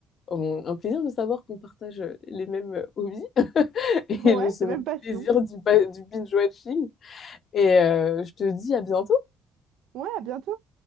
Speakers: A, on the left (about 55°); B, on the right (about 75°).
A: un plaisir de savoir qu'on partage les mêmes hobbies <laughs> et
B: Ouais,
A: le, ce
B: la
A: même
B: même passion.
A: plaisir du, ba- du binge-watching. Et euh, je te dis à bientôt.
B: Ouais, à bientôt.